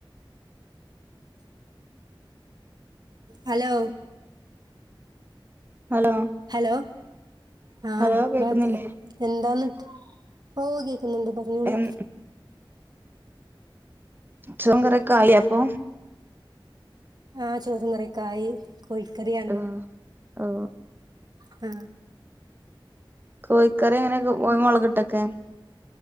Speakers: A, on the right; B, on the right.
A: ഹലോ
B: ഹലോ
A: ഹലോ ആ <unintelligible>
B: ഹലോ കേക്കുന്നില്ലേ
A: എന്താന്ന് ഓ ഗേ ക്കുന്നുണ്ട് പറഞ്ഞോളി
B: എൻ ചോംകറീക്കെ ആയോ അപ്പൊ
A: ആ ചോറും കറിയൊക്കായി കോഴിക്കറിയാണ്
B: ആ ആ
A: ആ
B: കോയിക്കറി എങ്ങനെക്കും <unintelligible> മൊളകിട്ടൊക്കെ